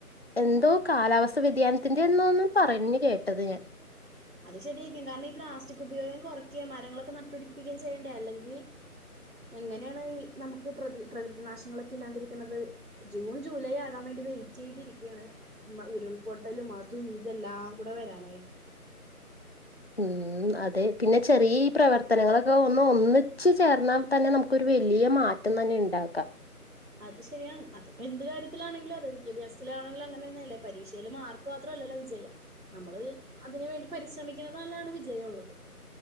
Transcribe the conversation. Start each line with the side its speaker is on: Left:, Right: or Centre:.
Left: എന്തോ കാലാവസ്ഥ വ്യതിയാനത്തിന്റെ എന്നന്ന് പറഞ്ഞഞ് കേട്ടത് ഞാൻ
Right: ഉ <unintelligible> അത് ശരിയായിരിക്കും കാരണം ഈ പ്ലാസ്റ്റിക് ഉപയോഗം കുറക്കയും മരങ്ങളൊക്കെ നട്ടു പിടിപ്പിക്കുകയും ചെയ്യണ്ടേ അല്ലെങ്കിൽ എങ്ങനെയാണ് നമുക്ക് പ്ര പ്രകൃതി നാശങ്ങളൊക്കെ ഇല്ലാണ്ടിരിക്കുന്നത് ജൂൺ ജൂലൈ ആകാൻ വേണ്ടി വെയിറ്റ് ചെയ്തിരിക്കുകയാണ് ഉരുൾപൊട്ടലും അതും ഇതെല്ലാം കൂടെ വരാനായിട്ട്
Left: ഉം ഉം അതെ പിന്നെ ചെറിയ ഈ പ്രവർത്തനങ്ങളൊക്കെ ഒന്ന് ഒന്നിച്ച് ചേർന്നാൽ തന്നെ നമുക്കൊരു വലിയ മാറ്റ റ്റം തന്നെ ഇണ്ടാക്കാം
Right: അത് ശരിയാണ് അതിപ്പോ എന്ത് കാര്യത്തിലാണെങ്കിലും അതെ വിദ്യാഭ്യാസത്തിലാണെങ്കിലും അങ്ങന തന്നെയ അല്ലേ പരീക്ഷയിയില് മാർക്ക് മാത്രം ല്ലല്ലോ വിജയം നമ്മള് അതിന് വേണ്ടി പരിശ്രമിക്കണതല്ലാണ് വിജയ ഉള്ളത്.